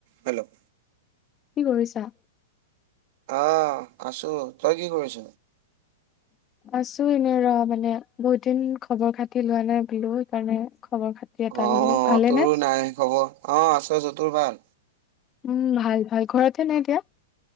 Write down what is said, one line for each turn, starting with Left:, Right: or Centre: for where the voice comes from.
Right: Hello
Left: কি কৰিছা?
Right: আহ আছো তই কি কৰিছ?
Left: আছো এনে ৰ মানে বহুত দিন খবৰ খাতি লোৱা নাই বোলো সেইকাৰণে খবৰ খাতি এটা
Right: অ
Left: ললো ভালেনে?
Right: তোৰো নাই খবৰ অ', আছো আছো তোৰ ভাল।
Left: উম ভাল ভাল ঘৰতে নে এতিয়া